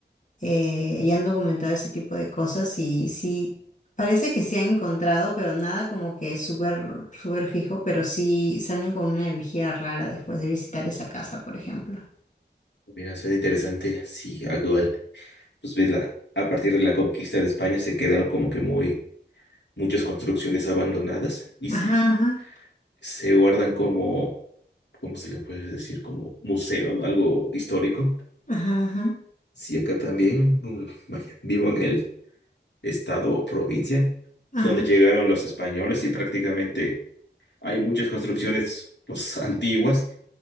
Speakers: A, on the left (about 45°); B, on the left (about 75°).
A: eh, y han documentado ese tipo de cosas y sí, parece que sí han encontrado, pero nada como que súper, súper fijo, pero sí salen con una energía rara después de visitar esa casa, por ejemplo.
B: Mira, suena interesante, sí, actual. Pues ves, la, a partir de la conquista de España se quedaron como que muy, muchas construcciones abandonadas y
A: Ajá,
B: se,
A: ajá,
B: se guardan como, ¿cómo se le puede decir? Como museo, ¿no? Algo histórico.
A: ajá, ajá,
B: Sí, acá también, mm, <laughs> vaya, vivo en el estado o provincia,
A: ajá.
B: donde llegaron los españoles y prácticamente hay muchas construcciones pues <laughs> antiguas,